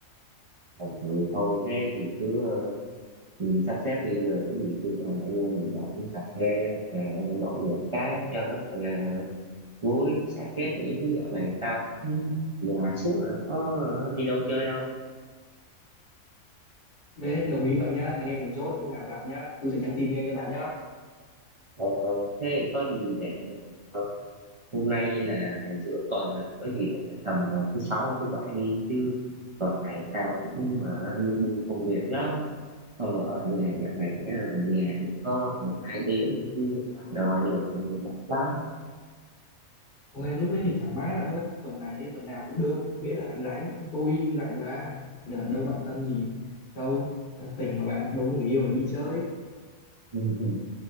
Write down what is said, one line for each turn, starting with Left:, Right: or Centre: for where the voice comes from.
Right: ừ, thôi thôi thế thì cứ ờ, ừ, sắp xếp đi rồi có gì cứ toàn anh em mình gặp uống cà phê ờ, nhậu nhẹt cái cho nó gọi là vui xả stress nghĩ chứ dạo này tao cũng nhà suốt là có ờ, đi đâu chơi đâu
Left: đấy đồng ý vậy nhá anh em mình chốt hôm nào gặp nhá tôi sẽ nhắn tin ngay cho bạn nhá
Right: ờ, ờ, thế có gì để ờ, hôm nay là giữa tuần rồi có gì để tầm ờ, thứ sáu hay thứ bảy đi chứ tuần này tao cũng mà lu bu công việc lắm ờ, ở nhà dạo này ờ, ở nhà được có một hai tiếng thôi chứ ra ngoài đường ờ, mệt lắm
Left: Ôi, lúc ấy thì thoải mái bạn ơi tuần này ấy, tuần nào cũng được miễn là bạn rảnh tôi rảnh mà giờ đâu bận tâm gì đâu thật tình mà bạn đâu có người yêu để đi chơi
Right: Ừ, ừ.